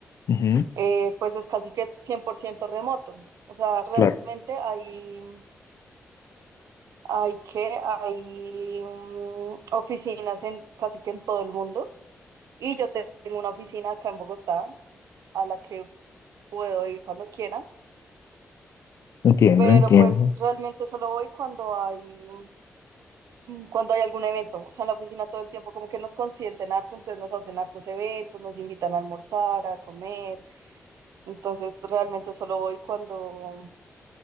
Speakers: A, on the left; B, on the right.
A: Ujú,
B: eh, pues es casi que 100% remoto. O sea, realmente
A: claro,
B: hay, hay que, hay mm, oficinas en casi que en todo el mundo. Y yo te- tengo una oficina acá en Bogotá a la que puedo ir cuando quiera,
A: entiendo,
B: pero
A: entiendo.
B: pues realmente solo voy cuando hay cuando hay algún evento, o sea, en la oficina todo el tiempo como que nos consienten harto, entonces nos hacen hartos eventos, nos invitan a almorzar, a comer, entonces realmente solo voy cuando,